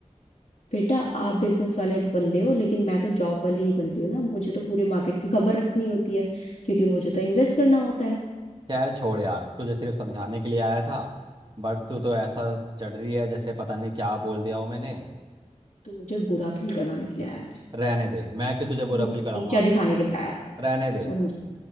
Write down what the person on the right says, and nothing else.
यार छोड़ यार तुझे सिर्फ समझाने के लिए आया था बट तू तो ऐसा चढ़ रही है जैसे पता नहीं क्या बोल दिया हो मैंने
रहने दे मैं क्यों तुझे
बुरा
फील कराऊंगा
रहने दे